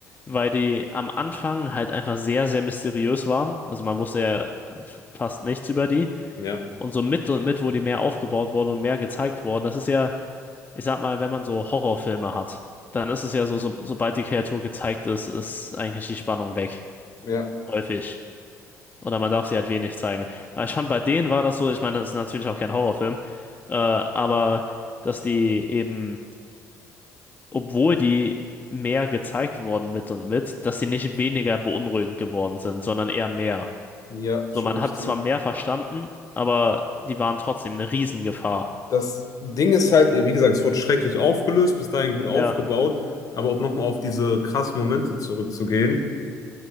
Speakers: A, on the left; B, on the left.
A: weil die am Anfang halt einfach sehr, sehr mysteriös waren. Also man wusste ja fast nichts über die.
B: ja.
A: Und so mit und mit, wo die mehr aufgebaut wurden und mehr gezeigt wurden, das ist ja ich sag mal, wenn man so Horrorfilme hat, dann ist es ja so, so, sobald die Kreatur gezeigt ist, ist eigentlich die Spannung weg.
B: Ja,
A: Häufig. Oder man darf sie halt wenig zeigen. Aber schon bei denen war das so, ich meine, das ist natürlich auch kein Horrorfilm, äh, aber dass die eben, obwohl die mehr gezeigt wurden mit und mit, dass die nicht weniger beunruhigend geworden sind, sondern eher mehr.
B: ja,
A: So,
B: stimme
A: man
B: ich
A: hat
B: zu.
A: zwar mehr verstanden, aber die waren trotzdem eine Riesengefahr.
B: Das Ding ist halt, wie gesagt, es wurde schrecklich aufgelöst, bis dahin gut aufgebaut,
A: Ja,
B: aber um nochmal auf diese krassen Momente zurückzugehen,